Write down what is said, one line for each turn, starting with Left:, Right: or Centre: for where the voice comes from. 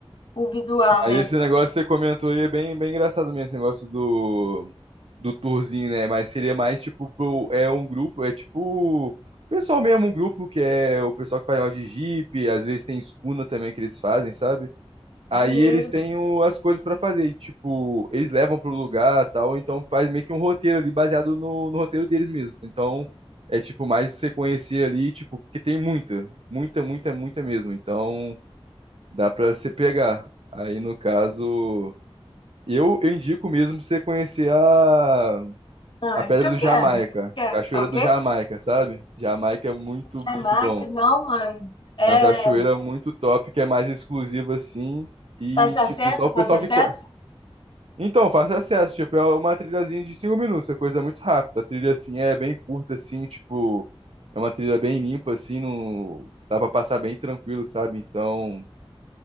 Left: o visual,
Right: Mas
Left: né?
Right: esse negócio que você comentou aí é bem, bem engraçado mesmo, esse negócio do, do tourzinho, né? Mas seria mais tipo pro, é um grupo, é tipo o pessoal mesmo, um grupo que é o pessoal que faz negócio de Jeep, às vezes tem escuna também que eles fazem, sabe? Aí
Left: Maneiro.
Right: eles têm o- as coisas pra fazer, e, tipo, eles levam pro lugar tal, então faz meio que um roteiro ali baseado no, no roteiro deles mesmo. Então é tipo mais você conhecer ali, tipo, porque tem muita, muita, muita, muita mesmo. Então dá pra você pegar. Aí no caso, eu, eu indico mesmo você conhecer a,
Left: Ah,
Right: a Pedra
Left: isso que eu
Right: do
Left: quero,
Right: Jamaica,
Left: isso que eu quero.
Right: Cachoeira
Left: É O
Right: do
Left: quê?
Right: Jamaica, sabe? Jamaica é muito, muito
Left: Jamaica,
Right: bom.
Left: não, mano. É,
Right: É uma cachoeira muito top, que é mais exclusiva assim. E,
Left: fácil
Right: tipo,
Left: acesso,
Right: só o
Left: é fácil
Right: pessoal
Left: acesso?
Right: que. co- Então, fácil acesso, tipo, é uma trilhazinha de cinco minutos, é coisa muito rápida. A trilha, assim, é bem curta, assim, tipo, é uma trilha bem limpa, assim, não dá pra passar bem tranquilo, sabe? Então,